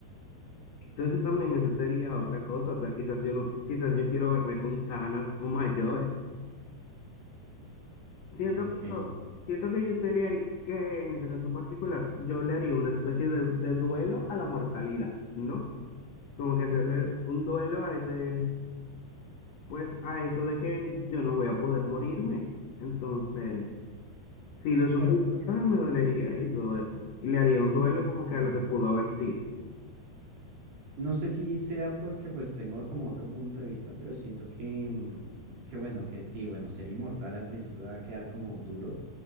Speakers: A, on the left; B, on the right.
A: entonces también eso sería otra cosa, o sea, quizás yo no, quizás yo quiero verme con canas o mayor. Siento
B: Ok.
A: que yo, siento que yo se le haría, que en ese caso particular, yo le haría una especie de, de duelo a la mortalidad, ¿no? Como que hacerle un duelo a ese, Pues a eso de que yo no voy a poder morirme. Entonces, si lo
B: Claro,
A: sufriera,
B: no s-
A: me dolería y todo eso. Y le haría un duelo
B: sí.
A: como que a lo que pudo haber sido.
B: No sé si sea porque pues tengo como otro punto de vista, pero siento que, mm, que bueno, que sí, bueno, ser inmortal al principio va a quedar como duro,